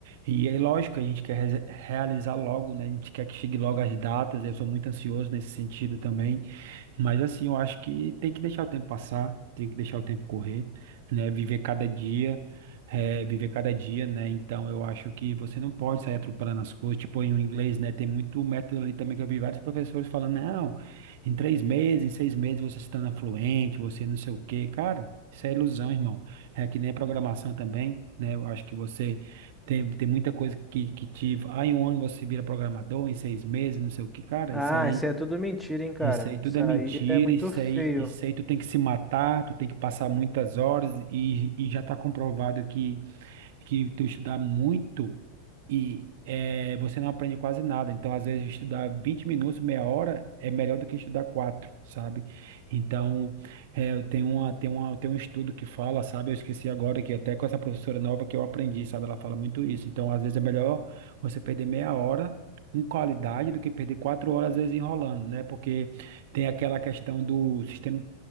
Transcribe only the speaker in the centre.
Ah,
isso é tudo mentira, hein, cara?
Isso
aí
é muito
feio.